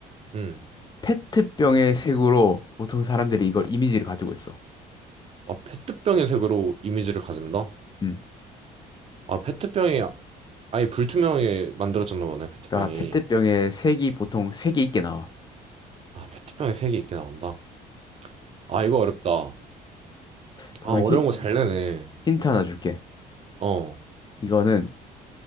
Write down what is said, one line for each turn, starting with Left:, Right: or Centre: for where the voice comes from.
Right: 음.
Left: 페트병의 색으로 보통 사람들이 이걸 이미지를 가지고 있어.
Right: 아, 페트병의 색으로 이미지를 가진다?
Left: 음.
Right: 아, 페트병이 아예 불투명하게 만들어졌나 보네, 페트병이.
Left: 그러니까 페트병의 색이 보통 색이 있게 나와.
Right: 아, 페트병의 색이 있게 나온다. 아, 이거 어렵다.
Left: 그러면
Right: 아, 어려운
Left: 히,
Right: 거 잘 내네.
Left: 힌트 하나 줄게.
Right: 어,
Left: 이거는